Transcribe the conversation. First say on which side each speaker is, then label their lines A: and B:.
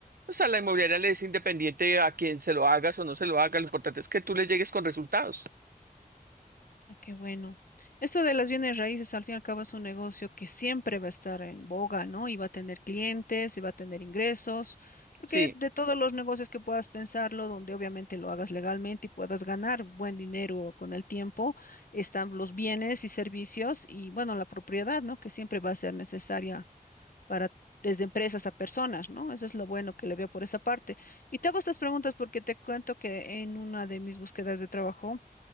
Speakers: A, on the right; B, on the left.
A: pues a la inmobiliaria le es independiente a quien se lo hagas o no se lo haga. Lo importante es que tú le llegues con resultados.
B: Ah, Qué bueno. Esto de las bienes raíces, al fin y al cabo, es un negocio que siempre va a estar en boga, ¿no? Y va a tener clientes, y va a tener ingresos, porque
A: Sí,
B: de todos los negocios que puedas pensarlo, donde obviamente lo hagas legalmente y puedas ganar buen dinero con el tiempo, están los bienes y servicios y, bueno, la propiedad, ¿no? Que siempre va a ser necesaria para, desde empresas a personas, ¿no? Eso es lo bueno que le veo por esa parte. Y te hago estas preguntas porque te cuento que en una de mis búsquedas de trabajo,